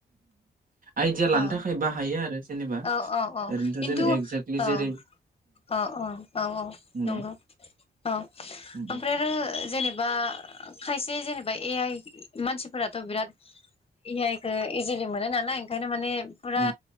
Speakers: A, on the right; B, on the left.
A: आइदिया लानो
B: औ
A: थाखाय बाहायो आरो। जेनेबा
B: औ औ औ
A: ओरैनोथ'
B: किन्थु
A: जेन
B: अ
A: एक्जेक्टलि जेरै
B: अ। औ औ औ
A: बुंलाय
B: नंगौ औ
A: उम
B: ओमफ्राय आरो जेनेबा खायसे जेनेबा ए आइ मानसिफोराथ' बिराद ए आइखौ इजिलि मोनो नालाय ओंखायनो माने फ्रा
A: उम